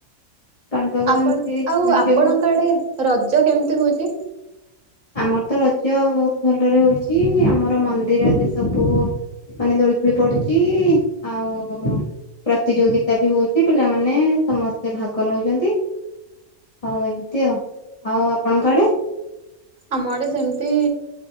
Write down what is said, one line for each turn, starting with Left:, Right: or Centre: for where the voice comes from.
Left: ପାଣିପାଗ
Right: ଆପଣ
Left: ଏମିତି
Right: ଆଉ ଆପଣଙ୍କ
Left: ଯୋଗୁ
Right: ଆଡେ ରଜ କେମିତି ହଉଛି?
Left: ଆମର ତ ରଜ ବହୁତ ଭଲରେ ହଉଛି ଆମର ମନ୍ଦିରରେ ସବୁ ମାନେ ଦୋଳି ଫୋଳି ପଡୁଛି ଆଉ। ପ୍ରତିଯୋଗିତା ବି ହଉଛି ପିଲାମାନେ ସମସ୍ତେ ଭାଗ ନଉଛନ୍ତି। ହଉ ଏମିତି ଆଉ ଆଉ ଆପଣଙ୍କଆଡେ?
Right: ଆମ ଆଡେ ସେମିତି